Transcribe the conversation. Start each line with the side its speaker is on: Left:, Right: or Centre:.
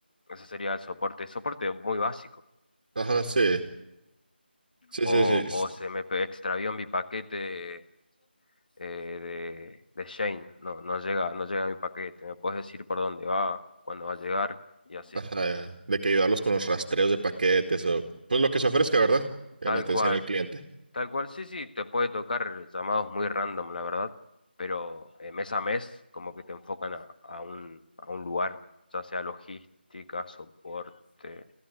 Left: Ese sería el soporte, soporte muy básico.
Right: ajá, sí. Sí,
Left: O,
Right: sí, sí.
Left: o se me extravió mi paquete eh, de, de Shane, no, no llega, no llega mi paquete, me puedes decir por dónde va, cuándo va a llegar y así.
Right: Ajá, de que ayudarlos con los rastreos de paquetes o pues lo que se ofrezca, ¿verdad? En
Left: Tal
Right: atención
Left: cual.
Right: al cliente.
Left: Tal cual, sí, sí, te puede tocar llamados muy random, la verdad, pero eh, mes a mes como que te enfocan a, a un, a un lugar, ya sea logística, soporte,